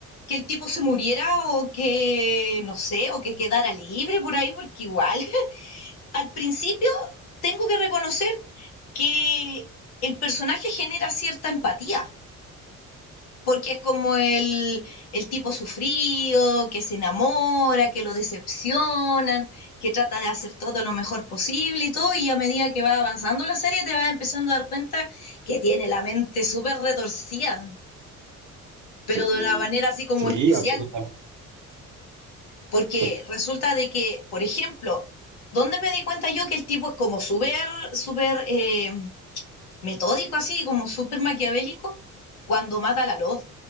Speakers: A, on the left (about 75°); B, on the right (about 40°).
A: que el tipo se muriera o que, no sé, o que quedara libre por ahí, porque igual al principio tengo que reconocer que el personaje genera cierta empatía, porque es como el, el tipo sufrido, que se enamora, que lo decepcionan, que trata de hacer todo lo mejor posible y todo, y a medida que va avanzando la serie te vas empezando a dar cuenta que tiene la mente súper retorcida, pero
B: Sí,
A: de una manera así como
B: sí,
A: especial,
B: absolutamente.
A: porque
B: Sí,
A: resulta de que, por ejemplo, ¿dónde me di cuenta yo que el tipo es como súper, súper... Eh, metódico así, como súper maquiavélico, cuando mata a la Love,